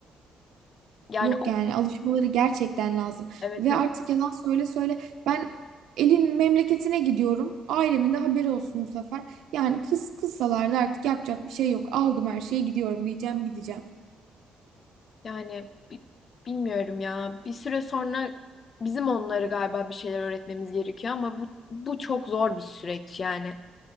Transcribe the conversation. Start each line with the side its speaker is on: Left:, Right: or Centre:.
Left: Yani
Right: Yok
Left: o,
Right: yani alışmaları gerçekten lazım.
Left: evet
Right: Ve
Left: evet
Right: artık yalan söyle söyle ben elin memleketine gidiyorum. Ailemin de haberi olsun bu sefer. Yani kız kızsalar da artık yapacak bir şey yok. Aldım her şeyi gidiyorum diyeceğim gideceğim.
Left: yani bi- bilmiyorum ya. Bir süre sonra bizim onları galiba bir şeyler öğretmemiz gerekiyor ama bu bu çok zor bir süreç yani.